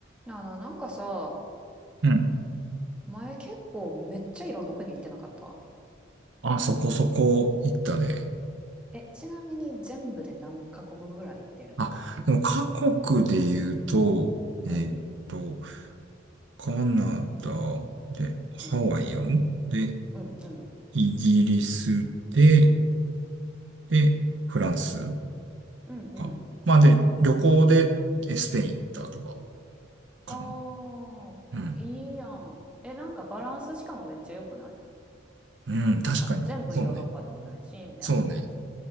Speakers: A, in the centre; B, on the right (about 65°).
A: なあなあ、なんかさ、
B: うん。
A: 前結構めっちゃいろんな国行ってなかった
B: あ、そこそこ行ったね。
A: え、ちなみに全部で何カ国ぐらい行ってるん
B: あ、でも各国で言うと、えーっと、
A: うん、
B: カナダで、ハワイやろで、
A: うん、うん、うん、
B: イギリスで、
A: うん、
B: で、フランス
A: うん、うん。
B: か。まあで、旅行でえスペイン行ったとか、
A: ああ、
B: かな。うん。
A: いいやん。え、なんかバランスしかもめっちゃ良くない
B: うん、
A: なんか全部ヨーロッパでもないし、
B: 確かに。そうね。
A: みたいな。
B: そうね。